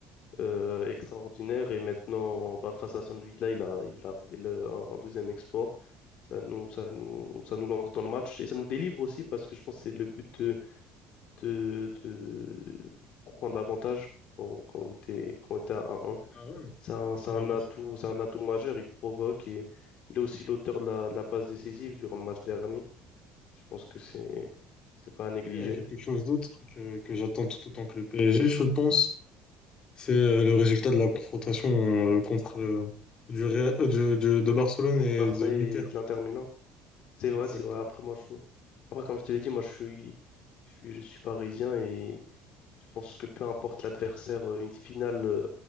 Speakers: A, on the left; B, on the left.
A: euh, extraordinaire et maintenant bah, face à Aston Villa, il a, il a fait le- un un deuxième exploit. Ça nous, ça nous, ça nous lance dans le match et ça nous délivre aussi parce que je pense que c'est le but de, de, de prendre l'avantage quand, quand on était, quand on était à un 1
B: Il a, ouais,
A: C'est un, c'est
B: il
A: un
B: a renforcé
A: atout, c'est un atout majeur, il provoque et il est aussi l'auteur de la, de la passe décisive durant le match dernier. Je pense que c'est c'est pas à négliger.
B: à quelque chose d'autre que, que j'attends tout autant que le PSG, je pense. C'est euh, le résultat de la confrontation euh, contre euh, du Real- euh, de, de- de Barcelone
A: De
B: et
A: Barça
B: de l'Inter.
A: et de l'Inter Milan. C'est vrai,
B: Exactement.
A: c'est vrai. Après, moi, je... Après, comme je te l'ai dit, moi, je suis... je suis, je suis parisien et je pense que peu importe l'adversaire, euh, une finale, euh,